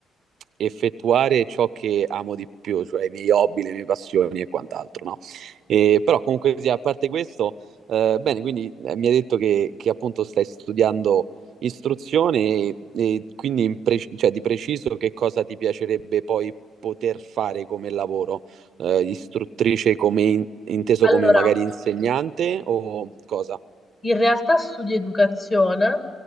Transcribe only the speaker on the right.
effettuare ciò che amo di più, cioè i miei hobby, le mie passioni e quant'altro, no? E, però comunque sia, a parte questo, eh, bene, quindi eh, mi hai detto che, che appunto stai studiando istruzione e, e quindi in pre- cioè, di preciso che cosa ti piacerebbe poi poter fare come lavoro? Eh, istruttrice come in- inteso
come magari insegnante o cosa?